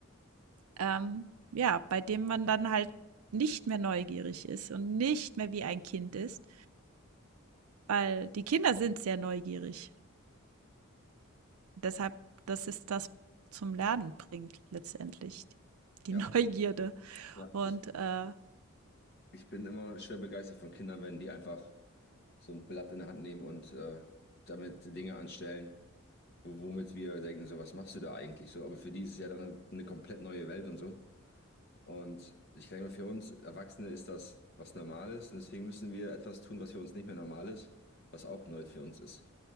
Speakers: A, on the right; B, on the left.
A: ähm, ja, bei dem man dann halt nicht mehr neugierig ist und nicht mehr wie ein Kind ist, weil die Kinder sind sehr neugierig. Deshalb das ist das, was zum Lernen bringt letztendlich,
B: Ja,
A: die Neugierde.
B: ja.
A: Und,
B: Ich,
A: äh
B: ich bin immer schwer begeistert von Kindern, wenn die einfach so ein Blatt in der Hand nehmen und äh, damit Dinge anstellen, wo, womit wir denken, so, was machst du da eigentlich so? Aber für die ist es ja dann eine komplett neue Welt und so. Und ich denke mal, für uns Erwachsene ist das was Normales und deswegen müssen wir etwas tun, was für uns nicht mehr normal ist, was auch neu für uns ist.